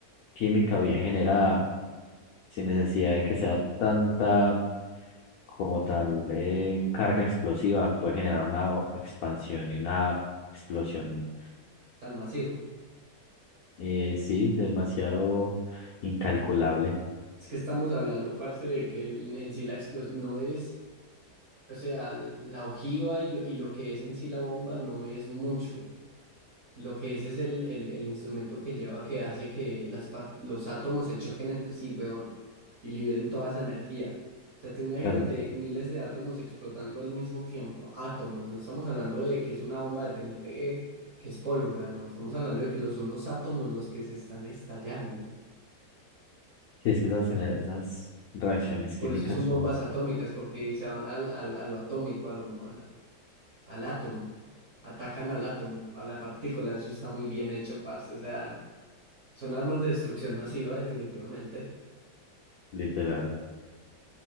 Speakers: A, on the left; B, on the right.
A: química bien generada, sin necesidad de que sea tanta como tal eh, carga explosiva, puede generar una o- expansión y una explosión,
B: tan masivo.
A: eh, sí, demasiado incalculable.
B: Es que estamos hablando, parce, de que en, en sí la explosión no es, o sea, l- la ojiva y lo, y lo que es en sí la bomba no es mucho. Lo que es es el, el, el instrumento que lleva que hace que las par- los átomos se choquen entre sí, weón, y liberen toda esa energía. O sea, tú imagínate
A: Claro,
B: miles de átomos explotando al mismo tiempo. Átomos, no estamos hablando de que es una bomba de TNT, que es pólvora, no, estamos hablando de que lo son los átomos los que se están estallando.
A: sí, es que esas, gener- esas reacciones químicas
B: Por eso son
A: son
B: bombas atómicas, porque se van al, al- a lo atómico, a lo- a la- al átomo. Atacan al átomo, a la partícula, eso está muy bien hecho, parce. O sea. Son armas de destrucción masiva, definitivamente.
A: literal,